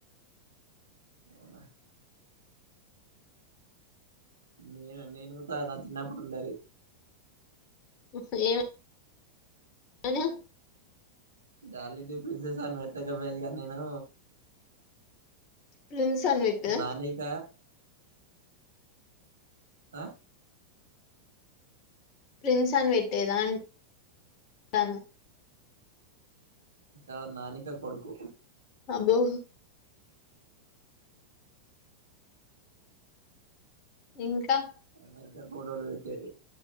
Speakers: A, on the right; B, on the left.
A: అవునా నేను నేను కూడా నా చిన్నప్పుడు ఉండేది.
B: ఏ ఏమని
A: డార్లింగ్ ప్రిన్సెస్ అని పెట్టకపోయేగ నేను.
B: ప్రిన్స్ అని పెట్టు.
A: నానిక ఆ
B: ప్రిన్స్ పెట్టేదా ట
A: అవును నానిక కొడుకు
B: అబ్బో ఇంకా
A: అ నిదర్పోడోళ్ళొచ్చేటి